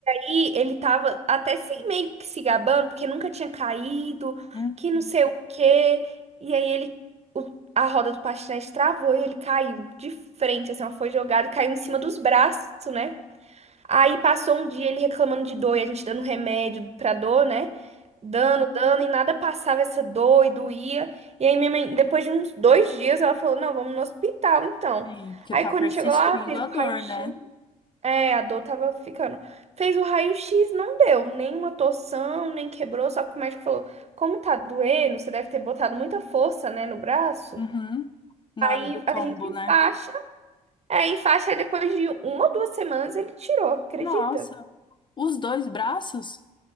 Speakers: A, on the right (about 35°); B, on the left (about 25°).
A: E ele tava até se, meio que se gabando, porque nunca tinha caído,
B: Uhum.
A: que não sei o quê. E aí ele, o- a roda do patinete travou e ele caiu de frente, assim, ela foi jogada e caiu em cima dos braços, né? Aí passou um dia ele reclamando de dor e a gente dando remédio pra dor, né? Dando, dando, e nada passava essa dor e doía. E aí minha mãe, depois de uns dois dias, ela falou, não, vamos no hospital, então.
B: Sim, porque
A: Aí
B: tá
A: quando
B: persistindo
A: chegou lá, fez
B: a
A: o
B: dor,
A: raio-x,
B: né?
A: é, a dor tava ficando. Fez o raio-x, não deu nenhuma torção, nem quebrou, só que o médico falou: como tá doendo, você deve ter botado muita força, né, no braço.
B: Uhum. Na
A: Aí
B: hora do tombo,
A: a gente enfaixa,
B: né?
A: é, enfaixa, aí depois de uma ou duas semanas ele tirou, acredita?
B: Nossa, os dois braços?